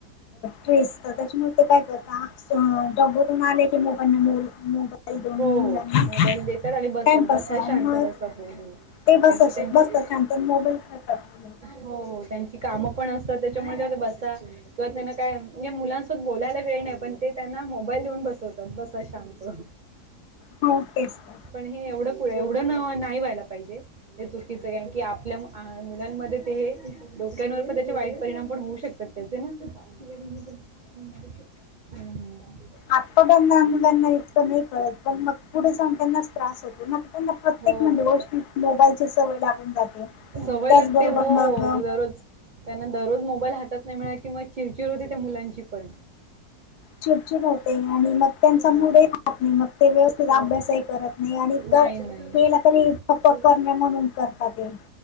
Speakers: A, on the left (about 80°); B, on the right (about 60°).
A: ट्रेस. तर त्याच्यामुळे ते काय करत का त जॉब वरून आले की, मोबाईलना मो मोबा मोबाईल देऊन
B: हो हो
A: मुलांना
B: मोबाईल देतात आणि बस
A: टाईमपास
B: बसा
A: व्हावा.
B: शांत
A: मग
B: बसा हो हो
A: ते बस
B: कारण की त्यांची
A: बसता शांत न मोबाईल खेळतात ते मुल.
B: हो त्यांची कामं पण असतात. त्याच्यामुळे ते म्हणता बसा किंवा त्यांना काय म्हणजे मुलांसोबत बोलायला वेळ नाही. पण ते त्यांना मोबाईल देऊन बसवतात. बसा शांत.
A: To test.
B: पण हे एवढं एवढं नाही व्हायला पाहिजे. हे चुकीचंय कारण की आपल्या, मुलांमध्ये ते डोक्यांवर पण त्याचे वाईट परिणाम पण होऊ शकतात. त्याचे ना. हम्म हम्म. <inaudible> ह <inaudible>
A: आता त्यांना मुलांना इतकं नाही कळत. पण मग पुढे जाऊन त्यांनाच त्रास होतो. त्यांना प्रत्येक
B: हो
A: म्हणजे गोष्टी मोबाईलची सवय लागून जाते.
B: सवय
A: त्याचबरोबर
B: लागते. हो
A: मग
B: दरोज. त्यांना दररोज मोबाईल हातात नाही मिळाला कि, म चिडचिड होते त्या मुलांची पण.
A: चिडचिड होते. आणि मग त्यांचा
B: हो
A: मुडे राहात नाही मग. ते व्यवस्थित
B: हो
A: अभ्यासही करत नाही. आणि
B: नाही नाही
A: केला तरी फक्त करणे म्हणून करता ते.